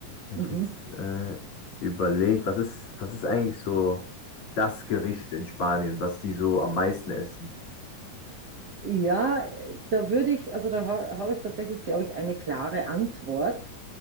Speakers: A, on the left; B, on the right.
A: Wenn
B: Mhm.
A: ich jetzt äh, überlege, was ist, was ist eigentlich so das Gericht in Spanien, was die so am meisten essen?
B: Ja, da würde ich, also da ha habe ich tatsächlich, glaube ich, eine klare Antwort.